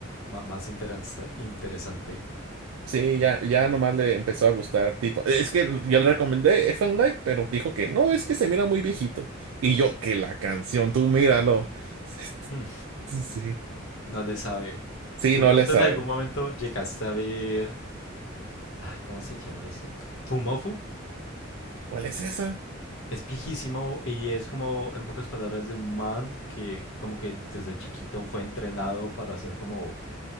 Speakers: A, on the left; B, on the right.
A: ma- más interanza- interesante.
B: Sí, ya, ya nomás le empezó a gustar. Tipo, es que yo le recomendé F and Light, pero dijo que no, es que se mira muy viejito. Y yo, que la canción, tú míralo. <laughs>
A: Hmm,
B: Sí,
A: No le sabe.
B: sí,
A: De
B: no
A: pronto
B: le sabe.
A: en algún momento llegaste a ver... ah, ¿Cómo se llama ese? Fumofu.
B: ¿Cuál es esa?
A: Es viejísimo y es como, en pocas palabras, de un man que como que desde chiquito fue entrenado para ser como